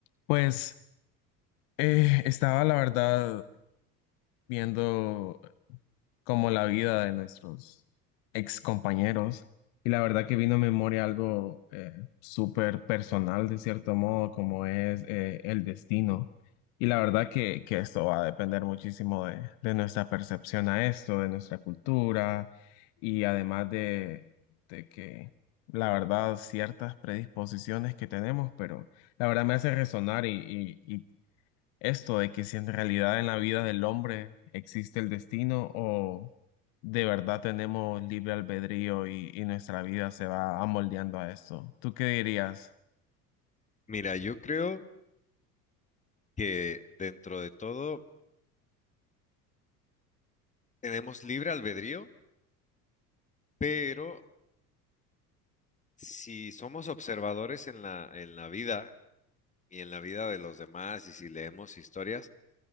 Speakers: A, on the left (about 50°); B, on the left (about 15°).
A: Pues eh, estaba la verdad viendo como la vida de nuestros ex compañeros y la verdad que vino a memoria algo eh, súper personal de cierto modo como es eh, el destino y la verdad que, que esto va a depender muchísimo de, de nuestra percepción a esto, de nuestra cultura y además de, de que la verdad ciertas predisposiciones que tenemos, pero la verdad me hace resonar y, y, esto de que si en realidad en la vida del hombre existe el destino o de verdad tenemos libre albedrío y, y nuestra vida se va amoldeando a esto. ¿Tú qué dirías?
B: Mira, yo creo que dentro de todo tenemos libre albedrío, pero si somos observadores en la, en la vida y en la vida de los demás y si leemos historias,